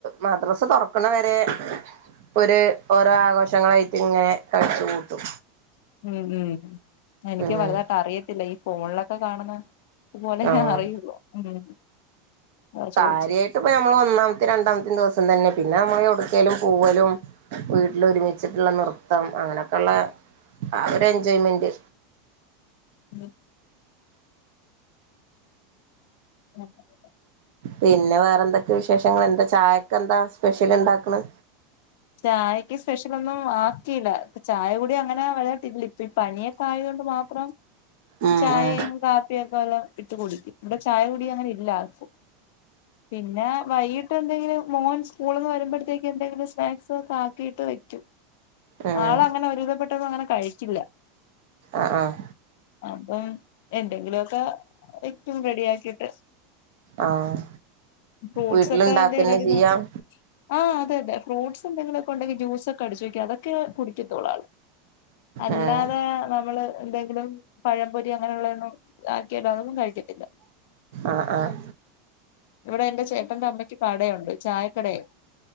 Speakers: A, on the right; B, on the left.
A: മദ്രസ തുറക്കണ വരെ ഒരു ഓരോ ആഘോഷങ്ങളായിട്ട് ഇങ്ങനെ കഴിച്ച് കൂട്ടും
B: മ് ഹ് മ് എനിക്ക്
A: ഉം
B: വല്തായിട്ട് അറിയത്തില്ല ഈ ഫോണിലൊക്കെ കാണുന്ന പോലെ
A: ആഹ്
B: അറിയുള്ളൂ ഉം അതാ
A: കാര്യായിട്ട്
B: ചോദിച്ചേ
A: ഇപ്പ ഞമ്മള് ഒന്നാ മത്തേ രണ്ടാമത്തേ ദിവസം തന്നെ പിന്നെ നമ്മള് എവുടുക്കേലും പോവലും വീട്ടില് ഒരുമിച്ചിട്ടുള്ള നൃത്തം അങ്ങനെയൊക്കെയുള്ള ആ ഒരു എൻജോയ്മെന്റ്
B: <unintelligible> <unintelligible>
A: പിന്നെ വേറെന്തൊക്കെ വിശേഷങ്ങള് എന്താ ചായക്കെന്താ എന്താ സ്പെഷ്യൽ ഇണ്ടാക്കണ്
B: ചായക്ക് സ്പെഷ്യലൊന്നും ആക്കിയില്ല ചായ കൂടി അങ്ങനെ വഴ <unintelligible> <unintelligible> പണിയൊക്കെ ആയത് കൊണ്ട് മാത്രം
A: ഉം
B: ചായയും
A: ഉം
B: കാപ്പിയൊക്കെ വല്ലോം ഇട്ട് കുടിക്കും ഇവിടെ ചായ കുടി അങ്ങനെ ഇല്ല ആർക്കും പിന്നെ വൈകിട്ട് എന്തെങ്കിലും മോൻ സ്കൂളിൽ നിന്ന് വരുമ്പോഴത്തേക്ക് എന്തെങ്കിലും സ്നാക്സ് കൊക്കെ ആക്കീട്ട് വെക്കും
A: ഉം
B: ആളങ്ങനെ ഒരുവിധപെട്ടതൊന്നും അങ്ങനെ കഴിക്കില്ല
A: ആഹ് ആഹ്
B: അപ്പം എന്തെങ്കിലൊക്ക ഏറ്റും റെഡിയാക്കിട്ട്
A: ആഹ്
B: ഫ്രൂട്ട്സെക്കഎന്തേ
A: വീട്ടിലുണ്ടാക്കന്നെ
B: കഴിക്കാണ്ടിരുന്ന
A: ചെയ്യാം
B: ആ അതെ വേറെ ഫ്രൂട്ട്സ് എന്തെങ്കിലൊക്കെ ഒണ്ടെങ്കി ജ്യൂസെക്ക അടിച്ചു വെക്ക അതൊക്കെ കുടിക്കത്തൊള്ളാള് അല്ലാതെ
A: ഉം
B: നമ്മള് എന്തെങ്കിലും പഴംപൊരി അങ്ങനൊള്ളന്നും ആക്കിയതാ അതൊന്നും കഴിക്കത്തില്ല
A: ആഹ് ആഹ്
B: ഇവിടെ എന്റെ ചേട്ടന്റെ അമ്മയ്ക്ക് കടയുണ്ട് ചായക്കടേ